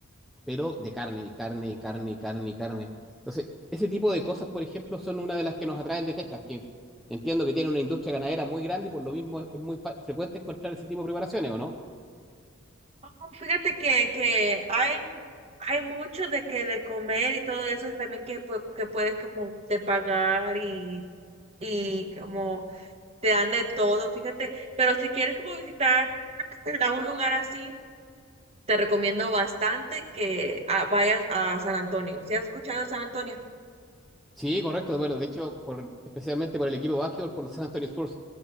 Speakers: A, in the centre; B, on the right (about 30°).
A: pero de carne y carne y carne y carne y carne. Entonces, ese tipo de cosas, por ejemplo, son una de las que nos atraen de Texas, que entiendo que tiene una industria ganadera muy grande y por lo mismo es, es muy frecuente encontrar ese tipo de preparaciones, ¿o no?
B: Ah, Fíjate que, que hay, hay mucho de que de comer y todo eso y también que, pu- que puedes como de pagar y, y como te dan de todo, fíjate. Pero si quieres como visitar a un lugar así, te recomiendo bastante que ah, vayas a San Antonio. ¿Si has escuchado de San Antonio?
A: Sí, correcto, bueno, de hecho, por, especialmente por el equipo de básquetbol, por los San Antonio Spurs.